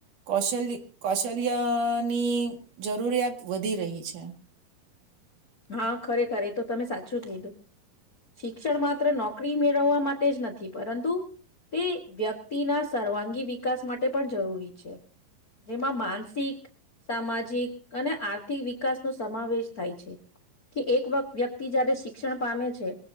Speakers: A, on the right; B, on the left.
A: કૌશલની કૌશલ્યની જરૂરિયાત વધી રહી છે.
B: હા ખરેખર એ તો તમે સાચું કીધું. શિક્ષણ માત્ર નોકરી મેળવવા માટે જ નથી પરંતુ તે વ્યક્તિના સર્વાંગી વિકાસ માટે પણ જરૂરી છે. જેમાં માનસિક, સામાજિક અને આર્થિક વિકાસનો સમાવેશ થાય છે કે એક વત વ્યક્તિ જયારે શિક્ષણ પામે છે